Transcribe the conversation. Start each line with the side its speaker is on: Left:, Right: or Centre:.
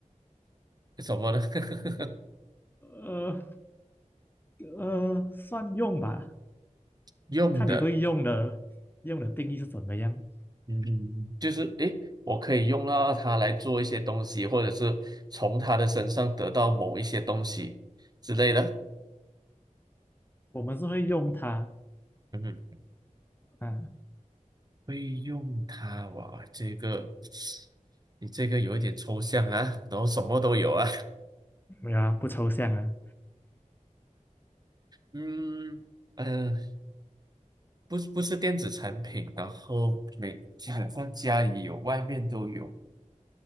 Right: 什么呢？<laughs>
Left: 呃呃，算用吧，
Right: 用的，
Left: 看你对用的用的定义是怎么样。
Right: 嗯，就是诶，我可以用到它来做一些东西，或者是从它的身上得到某一些东西之类的。
Left: 我们是会用它
Right: 嗯哼
Left: 啊，
Right: 会用它哇，这个你这个有一点抽象啊，然后什么都有啊，
Left: 没有啊，不抽象啊，
Right: 嗯 <laughs> 呃，不是不是电子产品，然后每基本上家里有，外面都有，